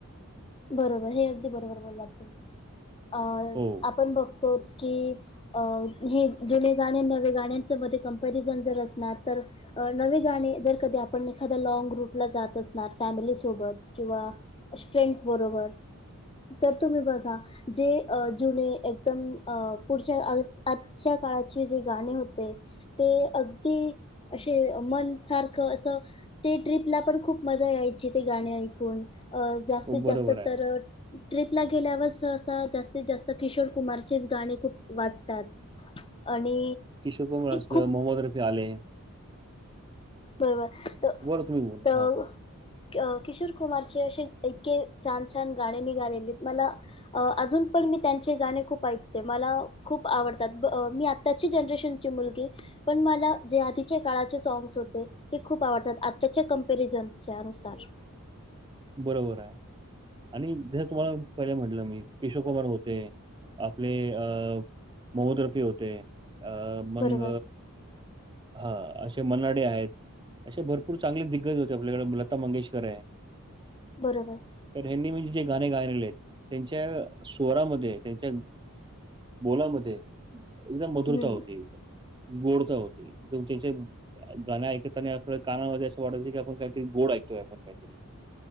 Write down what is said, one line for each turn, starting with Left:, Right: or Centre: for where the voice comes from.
Left: बरोबर हे अगदीं बरोबर बोललांत तुम्हीं अं
Right: हो.
Left: आपणं बघतोच की अं जुंने गांणे नवे गाण्यांचे मध्यें कंपॅरिझन जरं असणारं अं नवी गांणी जरं कधीं आपणं एखादांया लँग रूंटला जातं असणारं फॅमिलीसोबतं किंवा फ्रेंड्स बरोबर तरं तुम्हीं बघां अं जुंने अं पुढच्यां आंजच्या काळांचे जे गांणे होते ते अगदीं असे मनं सारखं असं ते ट्रिपला पणं खूंप मजां यांयची ते गांणे ऐकूंन अं जास्तीत
Right: हो, बरोबर
Left: जास्तं
Right: आहे.
Left: तरं ट्रिपला गेल्यांवर सं जास्तीत जास्तं किशोर कुमारचेचं गांणे खूंप वाचतांत आणि
Right: किशोर कुमार असलं
Left: खूप
Right: मोहम्मद रफी आले
Left: बरोबर
Right: बरं तुम्ही बोला.
Left: तरं
Right: हां,
Left: किशोर कुमारचे असे इतके छांन छांन गांणे नी घालेले मलां अजूंन पणं मी त्यांचे गांणे खूंप ऐकते मलां खूंप आवडतांत मी आं त्यांची जनरेशनचे मुलंगे पणं मलां जे आधीचे काळांचे सँगस होते ते खूंप आवडतांत आंताच्यां कंपॅरिझनच्यां नुसार
Right: बरोबर आहे आणि जसं तुम्हांला पहिले म्हटलं मी केशव कुमार होते आपले अं मोहमद रफी होते अं मंग
Left: बरोबर
Right: हां असे मनाडे आहेतं असे भरंपूर चांगले दिग्गंज आपल्यांकडें लतां मंगेशकर आहे
Left: बरोबर
Right: तरं हनी म्हणजे जे गांणे गायलेले आहेतं त्यांच्या स्वंरामध्ये त्यांच्या बोलां मध्यें यांच्याने मधुरतां
Left: हम्म
Right: होती एकदंम गोडंता होती तुमचे गांण ऐकतांना आपल्यां कानांमध्यें असं की आपणं कांहींतरी ऐकतोय आपणं कांहींतरी